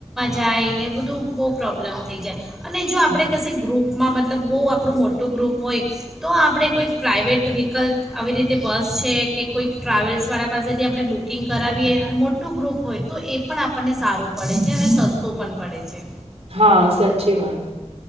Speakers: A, in the centre; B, on the right.
A: જાયને બધું બહુ પ્રોબ્લેમ થઈ જાય અને જો આપણે
B: હમ.
A: કશે ગ્રુપ માં મતલબ બહુ આપણું મોટું ગ્રુપ હોય તો આપણે કોઈક પ્રાઇવેટ વ્હીકલ્પ આવી રીતે બસ છે, કે કોઈક ટ્રાવેલ્સ વાળ પાસેથી આપણે બુકિંગ કરાવીએ મોટું ગ્રુપ હોય તો એ પણ આપણને સારું પડે છે અને સસ્તું પણ પડે છે.
B: હા સાચી વાત.